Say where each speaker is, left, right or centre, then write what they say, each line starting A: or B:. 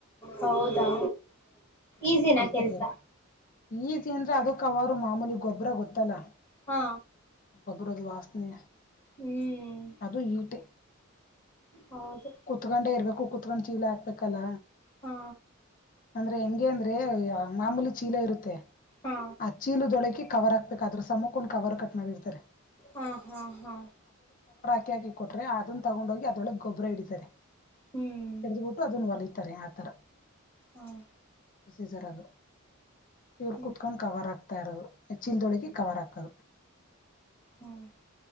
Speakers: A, on the left; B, on the left.
A: ಹೌದಾ
B: ಅಲ್ಲೇ
A: ಈಸಿನ
B: ಸ್ವಲ್ಪ
A: ಕೆಲ್ಸ
B: ದೂರೆ ಈಜಿಂದ್ರ. ಅದಕ್ಕ ಅವಾರು ಮಾಮೂಲಿ ಗೂಬ್ರ ಗೊತ್ತಲ್ಲ.
A: ಹಾ
B: ಗೊಬ್ಬರದ ವಾಸನೆ
A: ಹ್ಮ್
B: ಅದು ಈಟೆ.
A: ಹೌದು
B: ಕುತ್ಕೊಂಡೆ ಇರ್ಬೇಕು ಕುತ್ಕೊಂಡ್ ಚೀಲ ಹಾಕ್ಬೇಕಲ್ಲ.
A: ಹಾ
B: ಅಂದ್ರೆ ಹೆಂಗೆ ಅಂದ್ರೆ ಮಾಮೂಲಿ ಚೀಲ ಇರುತ್ತೆ
A: ಹಾ
B: ಆ ಚೀಲದೊಳಕೆ ಕವರ್ ಹಾಕ್ ಬೇಕಾದ್ರೂ ಸಮ್ಮುಕ ಒಂದ ಕವರ್ ಕಟ್ ಮಾಡಿರ್ತಾರೆ.
A: ಹ್ಮ ಹ್ಮ ಹಾ
B: ಿ <unintelligible> ಹಾಕಿ ಕೊಟ್ರೆ ಅದನ್ನ ತಗೊಂಡ್ ಹೋಗಿ ಅದೊಳಗ್ ಗೊಬ್ರ ಹಿಡಿತಾರೆ
A: ಹ್ಮ್
B: ಹಿಡ್ದಬಿಟ್ಟು ಅದನ್ನು ಹೊಲ ತರೆ ಆತರ.
A: ಹ್ಮ
B: ಪ್ರೊಸೀಜರ್ ಅದು ಇವ್ರು
A: ಹ್ಮ್
B: ಕುತ್ಕೊಂಡು ಕವರ್ ಹಾಕ್ ತರದು ಚೀಲದೊಳಗೆ ಕವರ್ ಹಾಕದು.
A: ಹ್ಮ್